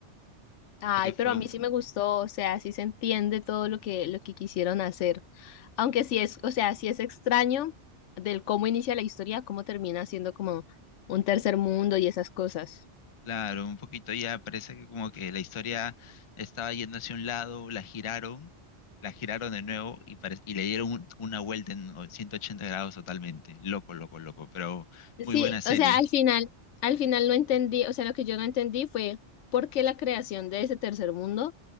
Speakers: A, on the left; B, on the left.
A: Siento
B: Ay,
A: que fue
B: pero a
A: un,
B: mí sí me gustó, o sea, sí se entiende todo lo que, lo que quisieron hacer. Aunque sí es, o sea, sí es extraño del cómo inicia la historia, cómo termina siendo como un tercer mundo y esas cosas.
A: Claro, un poquito ya parece que como que la historia estaba yendo hacia un lado, la giraron, la giraron de nuevo y, pare- y le dieron un- una vuelta en o- 180 grados totalmente. Loco, loco, loco, pero
B: Sí,
A: muy buena serie.
B: o sea, al final, al final no entendí, o sea, lo que yo no entendí fue por qué la creación de ese tercer mundo,